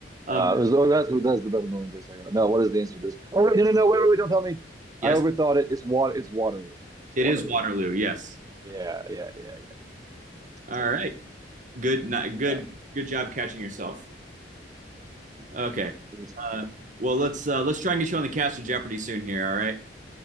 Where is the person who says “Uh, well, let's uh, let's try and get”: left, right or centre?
Right